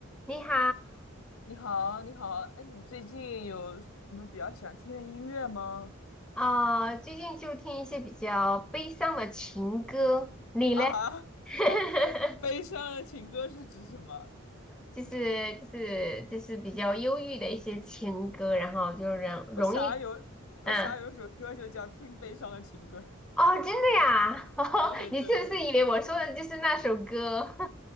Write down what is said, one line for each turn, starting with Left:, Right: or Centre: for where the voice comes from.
Centre: 你好，
Left: 你好，你好，哎，你最近有什么比较喜欢听的音乐吗？
Centre: 啊、最近就听一些比较悲伤的情歌，你嘞？
Left: <laughs> 啊，
Centre: <laughs>
Left: 悲伤的情歌是指什么？
Centre: 就是就是就是比较忧郁的一些情歌，然后就让容易，
Left: 我想要有，
Centre: 嗯，
Left: 我想要有一首歌就叫《听悲伤的情歌》
Centre: 哦，真的呀，<laughs> 哦，
Left: <laughs>。对对，
Centre: 你是不是以为我说的就是那首歌？